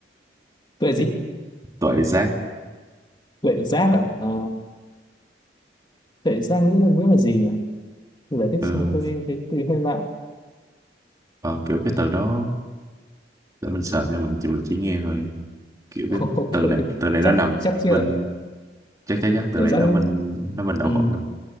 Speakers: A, on the left; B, on the right.
A: tuệ gì
B: tội giác
A: tuệ giác à, Ờ, tuệ giác nghĩa là nghĩa là gì nhỉ Tôi giải thích
B: ừ.
A: xem tôi thấy từ hơi lạ
B: ờ, kiểu cái từ đó để mình sợ cho mình chỉ mình chỉ nghe thôi kiểu
A: <laughs>
B: cái
A: ok
B: từ này từ này
A: chắc
B: nó nằm
A: chắc chưa
B: bên chắc chắc chắc từ
A: kiểu
B: này
A: giác
B: nó bên nó bên đạo
A: ừ,
B: Phật ừ.